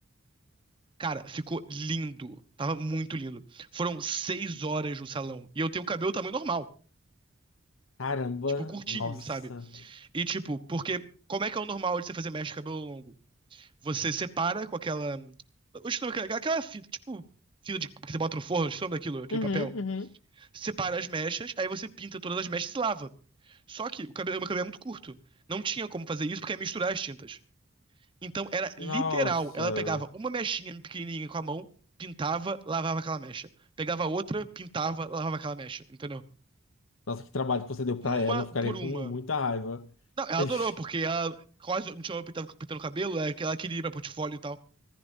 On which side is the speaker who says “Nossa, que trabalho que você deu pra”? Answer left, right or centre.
Left